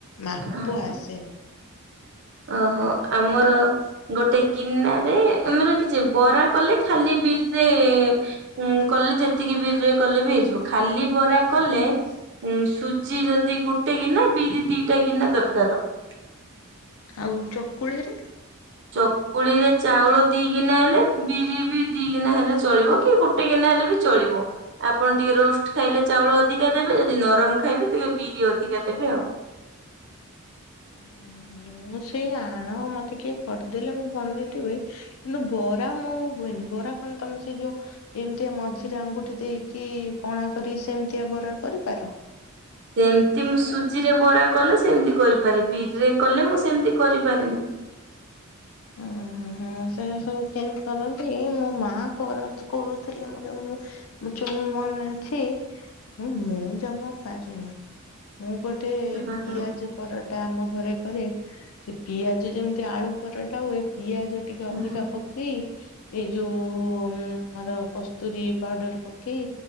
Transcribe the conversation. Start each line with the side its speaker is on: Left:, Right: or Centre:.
Left: ମାପ
Right: ହେଇଯିବ।
Left: ଆସେନି।
Right: ଓହୋ, ଆମର ଗୋଟେ ଗିନାରେ ମାନେ କିଛି ବରା କଲେ ଖାଲି ବିରିରେ ହୁଁ କଲେ ଯେତିକି ବିରିରେ କଲେ ବି ହେଇଯିବ ଖାଲି ବରା କଲେ ଉଁ ସୁଜି ଯଦି ଗୋଟେ ଗିନା ବିରି ଦିଇଟା ଗିନା ଦରକାର ହବ।
Left: ଆଉ ଚକୁଳିରେ?
Right: ଚକୁଳି ରେ ଚାଉଳ ଦିଇ ଗିନା ହେଲେ ବିରି ବି ଦି ଗିନା ହେଲେ ଚଳିବ କି ଗୋଟେ ଗିନା ହେଲେ ବି ଚଳିବ। ଆପଣ ଟିକେ ରୋଷ୍ଟ ଖାଇଲେ ଚାଉଳ ଅଧିକା ଦେବେ ଯଦି ନରମ ଖାଇବେ ଟିକେ ବିରି ଅଧିକା ଦେବେ ଆଉ।
Left: ଉଁ, ହୁଁ ମୁଁ ସେଇ ଆଣ ମତେ କିଏ କରିଦେଲେ ମୁଁ ବନେଇଦେବି। କିନ୍ତୁ ବରା ମୋ ହୁଏନି ବରା କଣ ତମେ ସେ ଯୋଉ ଏମିତିଆ ମଝିରେ ଆଙ୍ଗୁଠି ଦେଇକି କଣା କରି ସେମିତିଆ ବରା କରିପାର।
Right: ସେମତି ମୁଁ ସୁଜି ରେ ବରା କଲେ ସେମିତି କରିପାରେ ବିରିରେ କଲେ ମୁଁ ସେମିତି କରିପାରେନି।
Left: ଆହା। ହୁଁ ସେୟା ସବୁ କେମିତି କରନ୍ତି ମୋ ମା କର କହୁଥିଲେ ମୁ ଯେମି ମୁ ଚୂନ୍ ମନେ ଅଛି, ମୁଁ ଜମା ପାରେନି। ମୁଁ ଗୋଟେ
Right: ଓହୋ।
Left: ପିଆଜ ପରଟା ଆମ ଘରେ କରେ ସେ ପିଆଜ ଯେମିତି ଆଳୁ ପରଟା ହୁଏ ପିଆଜ ଟିକେ ଅଧିକା
Right: ହୁଁ
Left: ପକେଇ ଏ ଯୋଉ ଆମର କସ୍ତୁରୀ ପାଉଡର ପକେଇ